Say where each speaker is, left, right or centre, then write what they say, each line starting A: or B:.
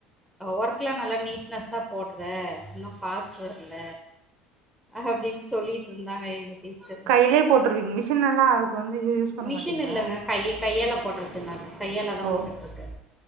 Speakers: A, in the centre; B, on the right.
A: ஒர்க்லா நல்லா நீட்னஸ்ஸா போடுற இன்னு ஃபாஸ்ட் வர்ல அப்டின்னு சொல்லிட்டு இருந்தாங்க எங்க டீச்சர்
B: கையிலே போட்டுருவீங்க மிஷின் எல்லாம் அதுக்கு வந்து யூஸ் பண்ண
A: மிஷின்
B: மாட்டீங்களா
A: இல்லைங்க கையே கையால போட்றதுங்க கையால தான்
B: ஓ
A: போட்டுட்டு இருக்க